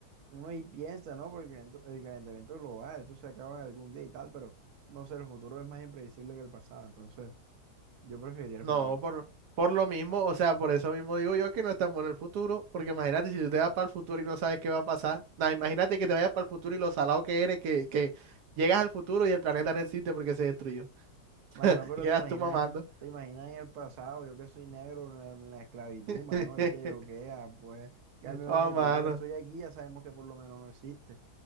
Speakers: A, on the right; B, on the right.
A: uno ahí piensa, ¿no? Porque el calent- el calentamiento global, esto se acaba algún día y tal, pero no sé, el futuro es más impredecible que el pasado, entonces yo preferiría el
B: no,
A: futuro.
B: por, por lo mismo, o sea, por eso mismo digo yo que no es tan bueno el futuro, porque imagínate si tú te vas para el futuro y no sabes qué va a pasar. Nah, imagínate que te vayas para el futuro y lo salado que eres, que, que llegas al futuro y el planeta no existe porque se destruyó. <laughs>
A: Mano, pero
B: Y quedas
A: te imaginas,
B: tú mamando.
A: te imaginas en el pasado, yo que soy negro, en la, en la esclavitud,
B: <laughs>
A: mano, y que yo que, ah, pues, cambio
B: Oh,
A: en el futuro,
B: mano.
A: estoy aquí, ya sabemos que por lo menos no existe.